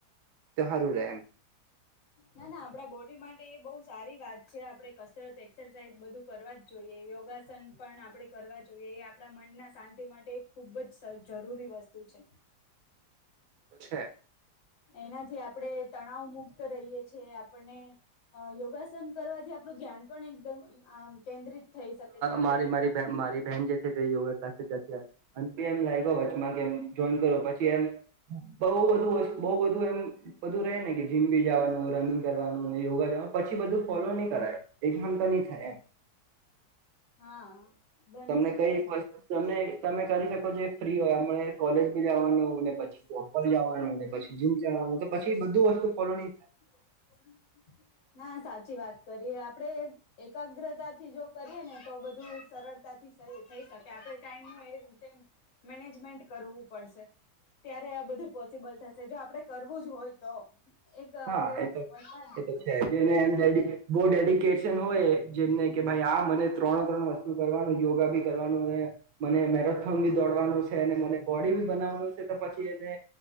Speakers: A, on the right; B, on the left.
A: તો સારું રે એમ
B: ના ના આપડા બોડી માટે એ બહુ સારી વાત છે આપડે કસરત એક્સરસાઇઝ બધું કરવા જ જોઈએ યોગ યોગાસન પણ આપણે કરવા જોઈએ એ આપણા મનના શાંતિ માટે ખૂબ જ જરૂરી વસ્તુ છે.
A: <unintelligible> એ તો છે.
B: એનાથી આપણે તણાવ મુક્ત રહીએ છીએ આપણને યોગાસન કરવાથી આપ આપડું ધ્યાન પણ એકદમ આમ કેન્દ્રિત થઈ શકે છે આપણે
A: મારી મારી મારી બેહેન જે છે તે યોગા ક્લા જતી પી એમ લાગ વચમાં કેમ જોઈન કરો પછી એમ બ બું બ બું એમ બધું ર રહે ને કે જીમ બી જવાનું રનિંગ કરવાનું યોગા જવાનું પછી બધું ફોલો નહી કરાય એ ઘતા ન થાય.
B: હા. બની
A: તમને
B: શકે
A: કઈ હો ત તમે કરી શકો છ ફ્રી હોય હમણા કોલેજ જવાનું ને પછીર જવાનુંને પછી જીમ જવાનું પછી બધું વસ્તુ ફોલો નહી થાય.
B: હમ. ના સાચી વાત કરીએ આપડે એકાગ્રતા થી જો કરીએ ને તો બધું સરળતા થકે આપણે ટાઈમ એ રીતે મેનેજમેન્ટ કરવું પડશે. ત્યારે આ બધું પોસિબલ થશે જો આપડે કરવું જ હોય તો. એક આપડે
A: હા
B: વણવાની
A: એ તો એ તો જેને બહ ડેડિકેશન હોય જેમને કે ભાઈ આ મને ત્રણ ત્રણ વસ્તુ કરવાનું યોગા ભી કરવાનું અને મને મેરેથોન ભી દોડવાનું છે. મને બોડી ભી બનાવવાનું છે તો પછી એને